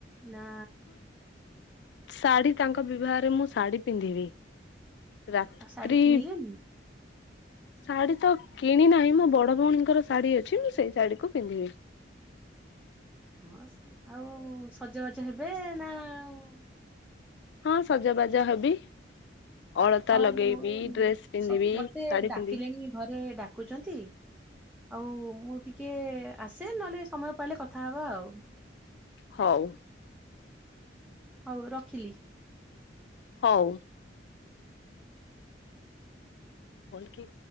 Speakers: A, in the centre; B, on the left.
A: ନା
B: ଶାଢ଼ୀ ତାଙ୍କ ବିବାହରେ ମୁଁ ଶାଢ଼ୀ ପିନ୍ଧିବି। ରାତ୍ରି
A: ଆଉ ଶାଢ଼ୀ କିଣିଲେନି?
B: ଶାଢ଼ୀ ତ କିଣିନାହିଁ ମୋ ବଡ଼ ଭଉଣୀଙ୍କର ଶାଢ଼ୀ ଅଛି। ମୁଁ ସେଇ ଶାଢ଼ୀକୁ ପିନ୍ଧିବି।
A: ହଁ ଆଉ ସଜବାଜ ହେବେ ନା ଆଉ
B: ହଁ ସଜବାଜ ହେବି। ଅଳତା
A: ହଉ
B: ଲଗେଇବି
A: ମୁଁ
B: ଡ୍ରେସ ପିନ୍ଧିବି
A: ସ ମତେ
B: ଶାଢୀ
A: ଡାକିଲେଣି
B: ପିନ୍ଧିବି
A: ଘରେ ବା କୁ ଛନ୍ତି ଆଉ ମୁ ଟିକେ ଆସେ ନହେଲେ ସମୟ ପାଇଲେ କଥାହବା ଆଉ।
B: ହଉ।
A: ହଉ ରଖିଲି।
B: ହଉ। ମଲ୍ କି